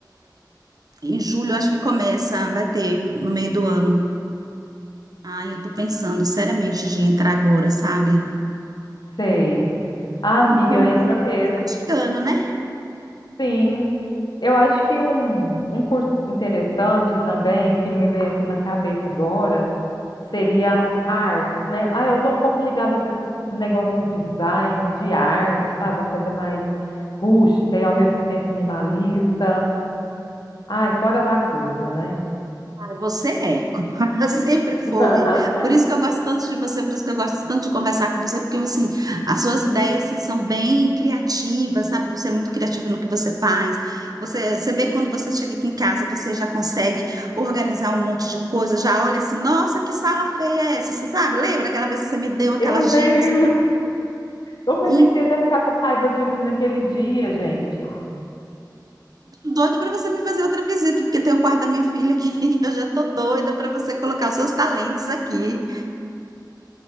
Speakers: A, on the right (about 55°); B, on the left (about 70°).
A: Em julho, eu acho que começa, vai ter, no meio do ano. Ai, eu tô pensando seriamente de entrar agora, sabe?
B: Sei. Ah, amiga,
A: Porque, né,
B: entra
A: tá
B: mesmo.
A: chegando, né?
B: Sim. Eu acho que um, um curso interessante também, que me veio aqui na cabeça agora, seria artes, né? Ah, eu estou um pouco ligada com esse negócio do design, de arte, sabe? Uma coisa mais rústica e ao mesmo tempo minimalista. Ai, fora da curva, né?
A: É, Você é, <laughs> sempre foi.
B: <laughs>
A: Por isso que eu gosto tanto de você, por isso que eu gosto tanto de conversar com você, porque assim, as suas ideias assim, são bem criativas, sabe? Você é muito criativa no que você faz. Você, você vê quando você chega aqui em casa, você já consegue organizar um monte de coisa, já olha assim, nossa, que sala feia é essa? Você sabe? Lembra aquela vez que você me deu aquelas
B: Eu lembro.
A: dicas?
B: Eu pensei
A: E
B: que você ia até ficar com raiva de mim naquele dia, gente.
A: tô doida para você me fazer outra visita, porque tem o quarto da minha filha aqui, <laughs> que eu já tô doida para você colocar os seus talentos aqui.